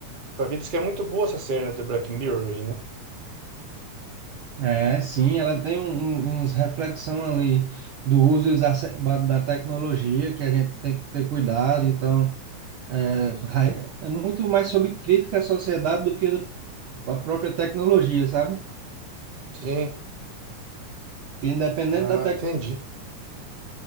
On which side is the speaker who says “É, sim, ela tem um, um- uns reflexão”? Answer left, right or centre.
Right